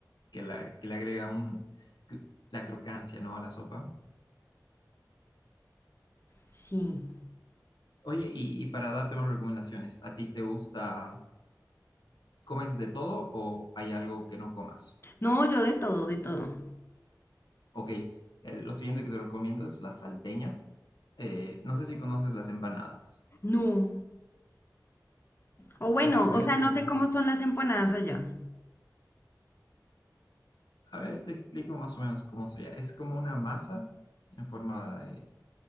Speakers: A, on the left (about 85°); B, on the left (about 35°).
A: que, la, que le agrega un, cr- la crocancia, ¿no? a la sopa.
B: sí.
A: Oye, y, y para darte más recomendaciones, ¿a ti te gusta? ¿Comes de todo o hay algo que no comas?
B: No, yo de todo, de todo.
A: Ok, el- lo siguiente que te recomiendo es la salteña. Eh, no sé si conoces las empanadas.
B: No. O bueno,
A: A ver,
B: o sea,
A: cómo
B: no sé cómo
A: te,
B: son las empanadas allá.
A: a ver, te explico más o menos cómo sería. Es como una masa en forma de,